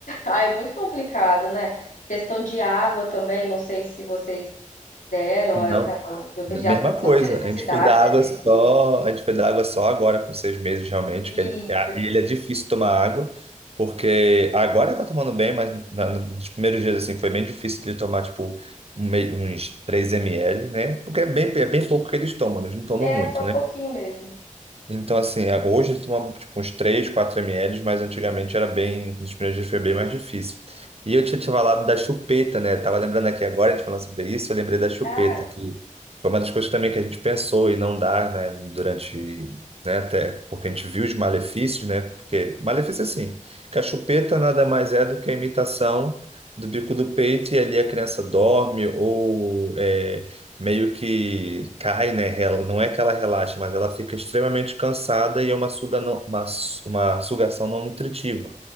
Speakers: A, on the left; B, on the right.
A: Ai, é muito complicado, né? Questão de água também, não sei se vocês deram,
B: Não
A: eu ta- o meu pediatra
B: Mesma
A: falou que
B: coisa,
A: não tinha necessidade
B: a gente foi dar
A: até
B: água
A: seis
B: só,
A: meses.
B: a gente foi dar água só agora, com seis meses realmente,
A: Isso.
B: que ele, a- e ele é difícil tomar água, porque agora ele tá tomando bem, mas na- nos primeiros dias, assim, foi bem difícil de tomar, tipo, um mei- uns 3 ml, né? Porque é bem, é bem pouco que eles tomam, eles não tomam
A: É,
B: muito,
A: só um
B: né?
A: pouquinho mesmo.
B: Então, assim, é- hoje eu tomo tipo, uns 3 4 ml, mas antigamente era bem, nos primeiros dias foi bem mais difícil. E eu tinha te falado da chupeta, né? Eu tava lembrando aqui agora, a gente falando sobre isso, eu lembrei da chupeta,
A: Ah,
B: que foi uma das coisas também que a gente pensou e não dá, né? Durante, né? Até porque a gente viu os malefícios, né? Porque, malefício assim, que a chupeta nada mais é do que a imitação do bico do peito e ali a criança dorme ou é, meio que cai, né? rela- Não é que ela relaxa, mas ela fica extremamente cansada e é uma, suga não- uma, su- uma sugação não nutritiva.